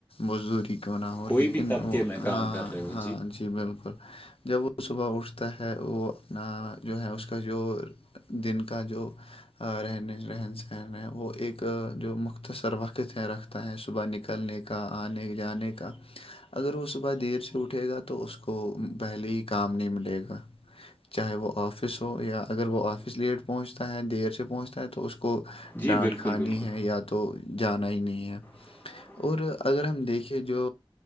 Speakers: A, on the left (about 75°); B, on the left (about 20°).
A: مزدوری کیوں نہ ہو
B: کوئی
A: لیکن
B: بھی طبقے
A: وہ
B: میں
A: ہاںاں
B: کام کر رہے ہو
A: ہاں جی بالکل جب وہ ص صبح اٹھتا ہے وہ اپنا جو ہے اس کا جو دن کا جو رہنے رہن سہن وہ ایک جو مختصر وقت ہے رکھ ہے صبح نکلنے کا آنے جانے کا اگر وہ صبح دیر سے اٹھے گا تو اس کو پہلے ہی کام نہیں ملے گا چاہے وہ آفس ہو یا اگر وہ آفس کس لیٹ پہنچتا ہے دیر سے پہنچتا ہے تو اس کو
B: جی
A: ڈانٹ
B: بالکل
A: کھانی
B: بالکل
A: ہے یا تو جان ہی نہیں ہے
B: <unintelligible>
A: اور اگر ہم دیکھیں جو